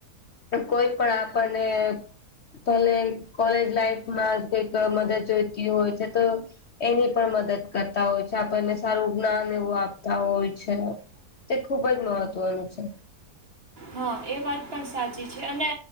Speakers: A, on the left; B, on the right.
A: કોઈ પણ આપણને કોલેજ લાઈફમાં કઈક મદદ જોઈતી હોય છે તો એની પણ મદદ કરતા હોય છે આપણને સારું જ્ઞાન એવું આપતા હોય છે. તે ખુબ જ મહત્વનું છે.
B: હા એ વાત પણ સાચી છે અને